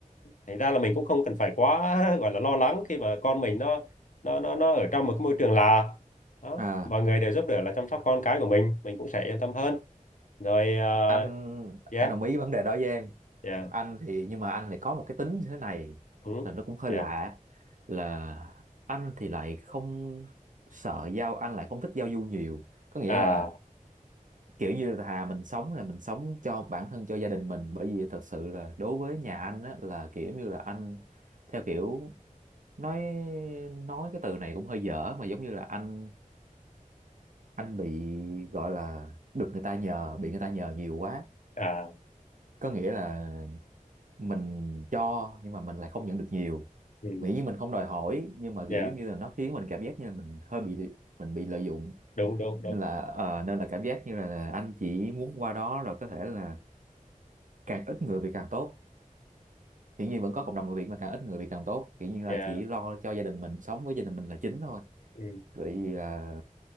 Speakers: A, on the left (about 65°); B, on the right (about 65°).
A: thành ra là mình cũng không cần phải quá <laughs> gọi là lo lắng khi mà con mình nó nó nó nó ở trong một cái môi trường là đó
B: à
A: mọi người đều giúp đỡ là chăm sóc con cái của mình mình cũng sẽ yên tâm hơn rồi à,
B: anh
A: yeah
B: anh đồng ý vấn đề đó với em
A: yeah
B: anh thì nhưng mà anh thì có một cái tính như thế này
A: ừ,
B: là nó cũng hơi
A: yeah
B: lạ là anh thì lại không sợ giao anh lại không thích giao du nhiều có nghĩa
A: à
B: là kiểu như là thà mình sống là mình sống cho bản thân cho gia đình mình bởi vì thật sự là đối với nhà anh á, là kiểu như là anh theo kiểu nói nói cái từ này cũng hơi dở mà giống như là anh anh bị gọi là được người ta nhờ bị người ta nhờ nhiều quá
A: à
B: có nghĩa là mình cho nhưng mà mình lại không nhận được nhiều
A: ừ,
B: miễn như mình không đòi hỏi nhưng mà
A: yeah
B: kiểu giống như là nó khiến mình cảm giác như là mình hơi bị mình bị lợi dụng
A: đúng đúng đúng
B: nên là ờ, nên là cảm giác như là, là anh chỉ muốn qua đó rồi có thể là càng ít người Việt càng tốt hiển nhiên vẫn có cộng đồng người Việt mà càng ít người Việt càng tốt kiểu như là
A: yeah
B: chỉ lo cho gia đình mình sống với gia đình mình là chính thôi
A: ừ,
B: vậy à,